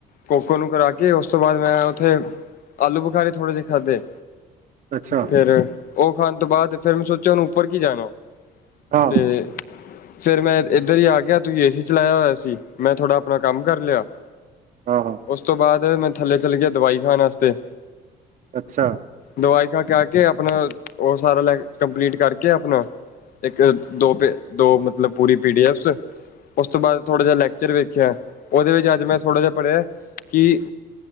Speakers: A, on the left; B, on the right.
A: ਕੋਕੋ ਨੂੰ ਕਰਾ ਕੇ, ਉਸ ਤੋਂ ਬਾਅਦ ਮੈਂ ਉੱਥੇ ਆਲੂ ਬੁਖਾਰੇ ਥੋੜੇ ਜਿਹੇ ਖਾਧੇ।
B: ਅੱਛਾ
A: ਫਿਰ ਉਹ ਖਾਣ ਤੋਂ ਬਾਅਦ, ਫਿਰ ਮੈਂ ਸੋਚਿਆ ਹੁਣ ਉੱਪਰ ਕੀ ਜਾਣਾ।
B: ਹਾਂ
A: ਤੇ ਫਿਰ ਮੈਂ ਇੱਧਰ ਹੀ ਆ ਗਿਆ, ਤੁਸੀਂ ਏ ਸੀ ਚਲਾਇਆ ਹੋਇਆ ਸੀ, ਮੈਂ ਥੋੜ੍ਹਾ ਆਪਣਾ ਕੰਮ ਕਰ ਲਿਆ। ਹ <unintelligible>
B: ਹਾਂ ਹਾਂ
A: ਉਸ ਤੋਂ ਬਾਅਦ, ਮੈਂ ਥੱਲੇ ਚਲੀ ਗਿਆ ਦਵਾਈ ਖਾਣ ਵਾਸਤੇ।
B: ਅੱਛਾ
A: ਦਵਾਈ ਖਾ ਕੇ, ਆ ਕੇ, ਆਪਣਾ ਉਹ ਸਾਰਾ ਲੈ ਕੰਪਲੀਟ ਕਰਕੇ ਆਪਣਾ ਇੱਕ ਦੋ, ਦੋ ਮਤਲਬ ਪੂਰੀ ਪੀ ਡੀ ਐਫਸ ਉਸ ਤੋਂ ਬਾਅਦ ਥੋੜ੍ਹਾ ਜਿਹਾ ਲੈਕਚਰ ਵੇਖਿਆ, ਉਹਦੇ ਵਿੱਚ ਅੱਜ ਮੈਂ ਥੋੜ੍ਹਾ ਜਿਹਾ ਪੜ੍ਹਿਆ, ਕਿ